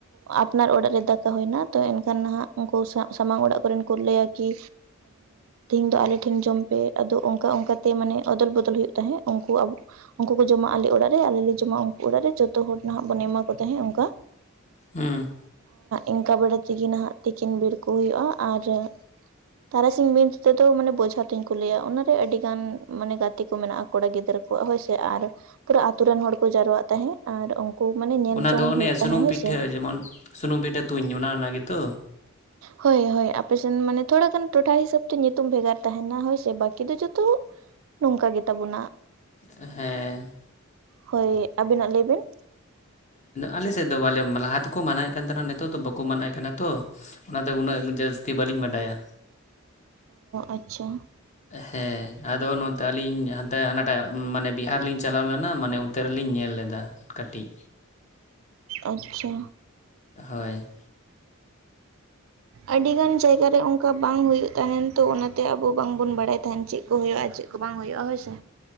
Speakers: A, on the right (about 75°); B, on the left (about 35°).
A: ᱟᱯᱱᱟᱨ ᱚᱲᱟᱜ ᱨᱮ ᱫᱟᱠᱟ ᱦᱩᱭᱱᱟ ᱛᱚ ᱮᱱᱠᱷᱟᱱ ᱱᱟᱦᱟᱜ ᱩᱱᱠᱩ ᱥᱟᱶ ᱥᱟᱢᱟᱝ ᱚᱲᱟᱜ ᱠᱚᱨᱮᱱ ᱠᱚ ᱞᱟᱹᱭᱟ ᱠᱤ ᱛᱤᱦᱤᱧ ᱫᱚ ᱟᱞᱮ ᱴᱷᱮᱱ ᱡᱚᱢ ᱯᱮ ᱟᱫᱚ ᱚᱱᱠᱟ ᱚᱱᱠᱟᱛᱮ ᱢᱟᱱᱮ ᱚᱫᱚᱞ ᱵᱚᱫᱚᱞ ᱦᱩᱭᱩᱜ ᱛᱟᱦᱮᱸᱫ ᱩᱱᱠᱩ ᱟᱵᱚ ᱩᱱᱠᱩ ᱠᱚ ᱡᱚᱢᱟ ᱟᱞᱮ ᱚᱲᱟᱜ ᱨᱮ ᱟᱞᱮ ᱞᱮ ᱡᱚᱢᱟ ᱩᱱᱠᱩ ᱚᱲᱟᱜ ᱨᱮ ᱡᱚᱛᱚ ᱦᱚᱲ ᱱᱟᱦᱟᱜ ᱵᱚᱱ ᱮᱢᱟ ᱠᱚ ᱛᱟᱦᱮᱸᱫ ᱚᱱᱠᱟ᱾
B: ᱦᱩᱸ
A: ᱤᱱᱠᱟᱹ ᱵᱮᱲᱟ ᱛᱮᱜᱮ ᱱᱟᱦᱟᱜ ᱛᱤᱠᱤᱱ ᱵᱮᱲ ᱠᱚ ᱦᱩᱭᱩᱜᱼᱟ ᱟᱨ ᱛᱟᱨᱟᱥᱤᱧ ᱢᱮᱱ ᱛᱮᱫᱚ ᱢᱟᱱᱮ ᱵᱚᱡᱷᱟ ᱛᱩᱧ ᱠᱚ ᱞᱟᱹᱭᱟ ᱚᱱᱟᱨᱮ ᱟᱹᱰᱤ ᱜᱟᱱ ᱢᱟᱱᱮ ᱜᱟᱛᱮ ᱠᱚ ᱢᱮᱱᱟᱜ ᱠᱚᱲᱟ ᱜᱤᱫᱽᱨᱟᱹ ᱠᱚᱣᱟᱜ ᱦᱳᱭ ᱥᱮ, ᱟᱨ ᱯᱩᱨᱟᱹ ᱟᱛᱩ ᱨᱮᱱ ᱦᱚᱲ ᱠᱚ ᱡᱟᱨᱣᱟᱜ ᱛᱟᱦᱮᱸᱜ ᱟᱨ ᱩᱱᱠᱩ ᱢᱟᱱᱮ ᱧᱮᱞ
B: ᱚᱱᱟ
A: ᱡᱚᱝ
B: ᱫᱚ ᱚᱱᱮ
A: ᱦᱩᱭᱩᱜ
B: ᱥᱩᱱᱩᱢ
A: ᱛᱟᱦᱮᱸᱫ ᱦᱳᱭ
B: ᱯᱤᱴᱷᱟᱹ
A: ᱥᱮ
B: ᱡᱮᱢᱚᱱ ᱥᱩᱱᱩᱢ ᱯᱤᱴᱷᱟᱹ ᱛᱩᱧ ᱚᱱᱟ ᱚᱱᱟᱜᱮ ᱛᱚ
A: ᱦᱳᱭ ᱦᱳᱭ ᱟᱯᱮᱥᱮᱱ ᱢᱟᱱᱮ ᱛᱷᱚᱲᱟ ᱜᱟᱱ ᱴᱚᱴᱷᱟ ᱦᱤᱥᱟᱹᱵ ᱛᱮ ᱧᱩᱛᱩᱢ ᱵᱷᱮᱜᱟᱨ, ᱛᱟᱦᱮᱱᱟ ᱦᱳᱭ ᱥᱮ ᱵᱟᱹᱠᱤ ᱫᱚ ᱡᱚᱛᱚᱼᱼ ᱱᱚᱝᱠᱟ ᱜᱮ ᱛᱟᱵᱚᱱᱟ
B: ᱦᱮᱸᱼᱼ
A: ᱦᱳᱭ ᱟᱵᱤᱱᱟᱜ ᱞᱟᱹᱭ ᱵᱤᱱ?
B: ᱟᱞᱮ ᱥᱮᱫ ᱫᱚ ᱵᱟᱞᱮ ᱞᱟᱦᱟ ᱛᱮᱠᱚ ᱢᱟᱱᱟᱣᱮᱫ ᱛᱟᱦᱮᱱᱟ ᱱᱤᱛᱚᱜ ᱫᱚ ᱵᱟᱠᱚ ᱢᱟᱱᱟᱣᱮᱫ ᱠᱟᱱ ᱛᱚ ᱚᱱᱟᱛᱮ ᱩᱱᱟᱹᱜ ᱡᱟᱹᱥᱛᱤ ᱵᱟᱹᱞᱤᱧ ᱵᱟᱰᱟᱭᱟ᱾
A: ᱚᱻᱟᱪᱪᱷᱟ ᱾
B: ᱦᱮᱸ ᱟᱫᱚ ᱱᱚᱛᱮ ᱟᱹᱞᱤᱧ ᱦᱟᱱᱛᱮ ᱟᱱᱟ, ᱢᱟᱱᱮ ᱵᱤᱦᱟᱨ ᱞᱤᱧ ᱪᱟᱞᱟᱣ ᱞᱮᱱᱟ ᱢᱟᱱᱮ ᱚᱱᱛᱮ ᱨᱮᱞᱤᱧ ᱧᱮᱞ ᱞᱮᱫᱟ ᱠᱟᱹᱴᱤᱡ᱾
A: ᱟᱪᱪᱷᱟ
B: ᱦᱳᱭ
A: ᱟᱹᱰᱤ ᱜᱟᱱ ᱡᱟᱭᱜᱟ ᱨᱮ ᱚᱱᱠᱟ ᱵᱟᱝ ᱦᱩᱭᱩᱜ ᱛᱟᱦᱮᱱ ᱛᱚ ᱚᱱᱟᱛᱮ ᱟᱵᱚ ᱵᱟᱝᱵᱚᱱ ᱵᱟᱲᱟᱭ ᱛᱟᱦᱮᱱ ᱪᱮᱫ ᱠᱚ ᱦᱩᱭᱩᱜᱼᱟ ᱪᱮᱫᱼᱼ ᱠᱚ ᱵᱟᱝ ᱦᱩᱭᱩᱜᱼᱟ ᱦᱳᱭ ᱥᱮ᱾